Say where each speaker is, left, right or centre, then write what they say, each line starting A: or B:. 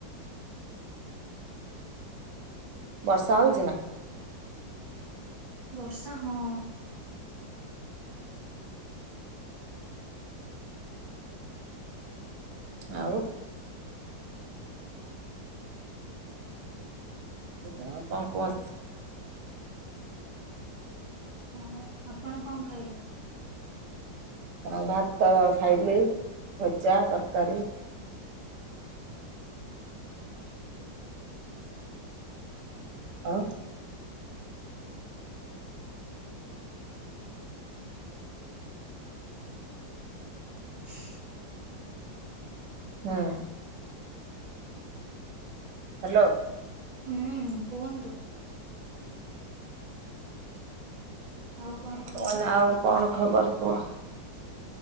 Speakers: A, on the right (about 70°); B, on the right (about 30°).
A: ବର୍ଷା ହଉଚି ନା।
B: ବର୍ଷା ହଁ।
A: ଆଉ ହଁ କଁ କୁଅନ୍ତୁ।
B: ହଁ ଆପଣ କଣ ଖାଇଲେ।
A: ହଁ ଭାତ ଖାଇଲି ଭଜା ତରକାରୀ। ଆଉ
B: ହଁ <unintelligible>
A: ହୁଁ। ହାଲୋ।
B: ହୁଁ କୁହନ୍ତୁ। ଆଉ କଣ କହୁଛନ୍ତି
A: ମୁଁ କଇନି ଆଉ କଣ ଖବର କୁହ।